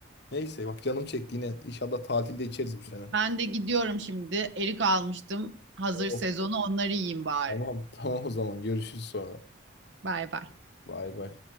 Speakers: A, on the left (about 55°); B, on the right (about 65°).
A: Neyse bak canım çekti yine. İnşallah tatilde içeriz bu sene.
B: Ben de gidiyorum şimdi. Erik almıştım. Hazır
A: Oo,
B: sezonu onları yiyeyim bari.
A: tamam <laughs> tamam o zaman görüşürüz sonra.
B: Bay bay.
A: Bay bay.